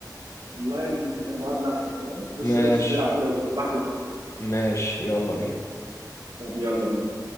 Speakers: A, on the right; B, on the left.
A: اونلاين المقابله احسن فاهم وش
B: ماشي
A: لوش نلعب كده وبحلك
B: ماشي يلا بينا
A: طب يلا بينا